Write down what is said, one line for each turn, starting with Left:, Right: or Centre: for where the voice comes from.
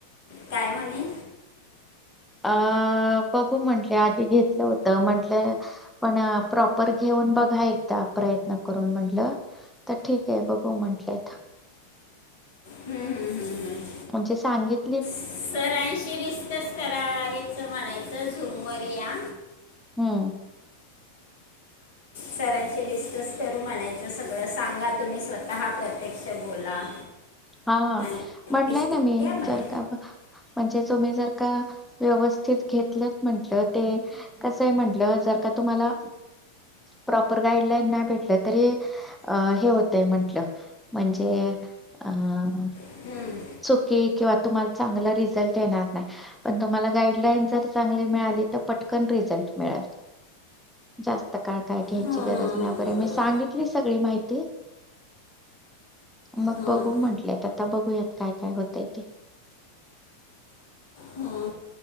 Left: काय म्हणे.
Centre: अ बघू म्हटल्या आधी घेतलं होत, म्हटलं पण प्रॉपर घ बघा एकदा प्रयत्न करून म्हंटलं तर ठीक आहे बघू म्हंटलेत..
Left: हम्म हम हम्म हम्.
Centre: म्हणजे सांगित.
Left: सरांशी डिस्कस करायचं म्हणायचं झूम वर या.
Centre: हम्म.
Left: सरांशी डिस्कस करू म्हणायच, सगळं सांगा तुम्ही स्वतः प्रत्यक्ष बोला.
Centre: हा
Left: आणि
Centre: म्हटलंय
Left: डिसिजन
Centre: ना मी
Left: घ्या म्हणे
Centre: जर का म्हणजे तुम्ही जर का व्यवस्थित घेतलंत म्हंटल ते कस म्हंटल जर का तुम्हाला प्रॉपर गाईडलाईन नाही भेटलं तरी अ हे होतय म्हंटलं म्हणजे हा
Left: हम्म.
Centre: एस ओके किवा तुम्हाला चांगल रिझल्ट येणार नाही पण तुम्हाला गाइडलाइन <unintelligible> मिळाले तर पटकन रिजल्ट मिळेल जास्त काळ काय घ्यायची
Left: हम्म, हम्म,
Centre: गरज
Left: हम्म,
Centre: नाहीरे
Left: बरोबर
Centre: मी सांगितली सगळी माहिती मग
Left: हम्म.
Centre: बघू म्हटलेय आता बघूयात काय काय होतय ते
Left: हम्म